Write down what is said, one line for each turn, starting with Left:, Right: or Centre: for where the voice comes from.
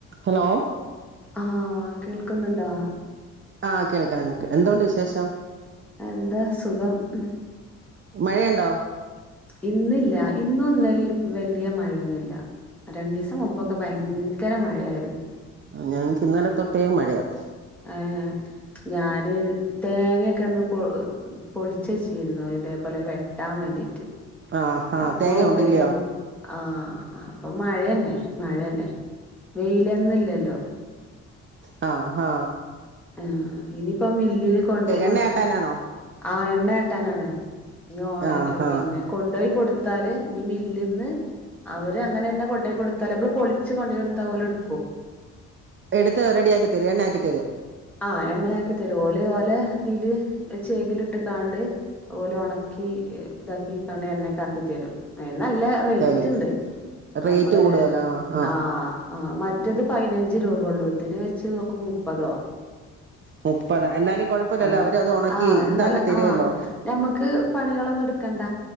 Right: ഹലോ
Centre: ആഹ് കേൾക്കുന്നുണ്ടാ
Right: ആ കേൾക്കാ കേൾക്ക എന്തോണ്ട് വിശേഷം
Centre: എന്താ സുഖം ഉം
Right: മഴയുണ്ടോ
Centre: ഇന്നില്ല ഇന്നും ഇന്നലേം വല്യ മഴയൊന്നൂല്ല രണ്ടിവസം മുമ്പൊക്കെ ഭയങ്കര മഴായിരു
Right: ആ ഞങ്ങക്ക് ഇന്നലെ തൊട്ടേ മഴയാ
Centre: ആ ഞാന് തേങ്ങൊക്കെ ഒന്ന് പൊ പൊളിച്ചു വെച്ചിരുന്നു ഇതേപോലെ വെ ട്ടാൻ വേണ്ടിട്ട്
Right: ആഹ് ആഹ്
Centre: അപ്പോ
Right: തേങ്ങ ഉണ്ടില്ലയോ
Centre: പെരും ആ അപ്പൊ മഴെന്നെ മഴേന്നെ വെയിലന്നില്ലല്ലോ
Right: ആ ആ
Centre: ആ ഇനിയിപ്പോ മില്ലില് കൊണ്ടോയി കൊടുത്ത്
Right: എണ്ണയാട്ടാനാന്നോ
Centre: ആ എണ്ണ ആട്ടാനാണ് നി ഓണ
Right: ആഹ് ആഹ്
Centre: പിന്നെ കൊണ്ടുപോയി കൊടുത്ത് ത്താല് ഇനി മില്ല്ന്ന് അവര് അങ്ങനെ തന്ന കൊണ്ടോയി കൊടുത്താല് നമ്മള് പൊളിച്ച് കൊണ്ടോയി കൊടുത്താൽ പോലുടുക്കു കു
Right: എടുത്ത് റെഡി ആക്കി തരും എണ്ണ ആക്കി തരു
Centre: ആ എണ്ണയാക്കി തരും ഓലെ ഓലെ ഇതില് ചേകലിട്ട് കാണ്ട് ഓലെ ഒണക്കി ഇതാക്കി കണ്ട് എണ്ണക്ക ആക്കിത്തരും അയിന് നല്ല റേറ്റ്
Right: തരും
Centre: ഉണ്ട്
Right: റേറ്റ്
Centre: ഞമ്മള്
Right: കൂടുതലാ ആഹ്
Centre: ആ ആ മറ്റത് പയിനഞ്ച് രൂപെള്ളൂ ഇതിന് വെച്ച് നോക്കുമ്പോ മുപ്പതോ
Right: മുപ്പതാ എന്നാലും കുഴപ്പമില്ലല്ലോ
Centre: ആ
Right: അവര് അത് ഉണക്കി
Centre: ആ എന്നാല്
Right: ഇതാക്കി തരുവല്ലോ
Centre: ആ ഞമ്മക്ക് പണികളൊന്നും എടുക്കണ്ട